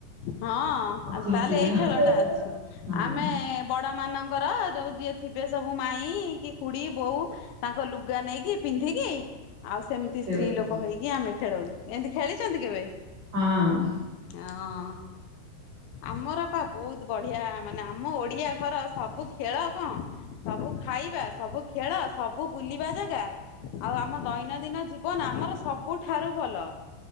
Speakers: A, on the left; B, on the right.
A: ହଁ
B: ମିଛି ମିଛିକା
A: ତାହେଲେ ଏଇ
B: ହଁ
A: ଖେଳଟା ଅଛି
B: ହଁ
A: ଆମେ ବଡ଼ ମାନ ମାନଙ୍କର ଯୋଉ ଯିଏ ଥିବେ ସବୁ ମାଇଁ କି ଖୁଡ଼ି ବୋଉ ତାଙ୍କ ଲୁଗା ନେଇକି ପିନ୍ଧିକି ଆଉ ସେମିତି
B: ଖେଳୁ
A: ସ୍ତ୍ରୀ ଲୋକ
B: ହଁ।
A: ହେଇକି ଆମେ ଖେଳଉ ଏମିତି ଖେଳିଛନ୍ତି କେବେ?
B: ହଁ।
A: ହଁ। ଆମର ପା ବହୁତ ବଢ଼ିଆ ମାନେ ଆମ ଓଡ଼ିଆ ଘର ସବୁ ଖେଳ କଁ? ସବୁ ଖାଇବା ସବୁ ଖେଳ ସବୁ ବୁଲିବା ଯାଗା ଆଉ ଆମ ଦୈନନ୍ଦିନ ଜୀବନ ଆମର ସବୁଠାରୁ ଭଲ